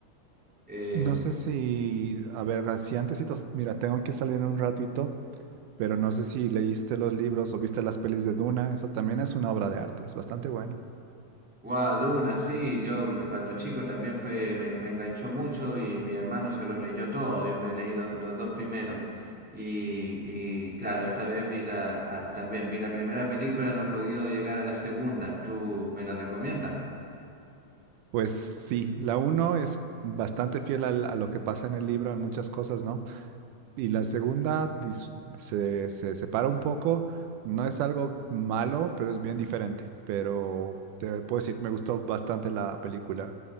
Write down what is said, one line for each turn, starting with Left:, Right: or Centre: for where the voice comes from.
Centre: Em,
Right: No sé si, a ver, así antesitos, mira, tengo que salir en un ratito, pero no sé si leíste los libros o viste las pelis de Duna, esa también es una obra de arte, es bastante buena.
Centre: Guau, Duna, sí, yo de cuando chico también fue, me, me enganchó mucho y mi hermano se los leyó todos, yo me leí los, los dos primeros. Y, y claro, esta vez vi la, ah, también vi la primera película, no he podido llegar a la segunda, ¿tú me la recomiendas?
Right: Pues sí, la uno es bastante fiel al- a lo que pasa en el libro en muchas cosas, ¿no? Y la segunda dis- se, se separa un poco, no es algo malo, pero es bien diferente, pero te puedo decir, me gustó bastante la película.